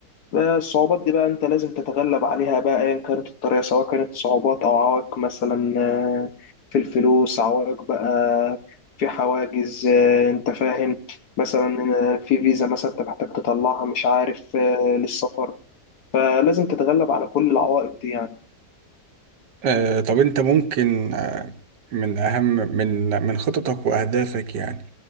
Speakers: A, on the left (about 65°); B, on the right (about 80°).
A: الصعوبات دي بقى انت لازم تتغلب عليها بقى ايا كانت الطريقة سواء كانت صعوبات او عوائق مثلا آه، في الفلوس عوائق بقى في حواجز آه، انت فاهم مثلا آه، في فيزا مثلا انت محتاج تطلعها مش عارف آه، للسفر فلازم تتغلب على كل العوائق دي يعني
B: آه، طب انت ممكن آه، من اهم من من خططك واهدافك يعني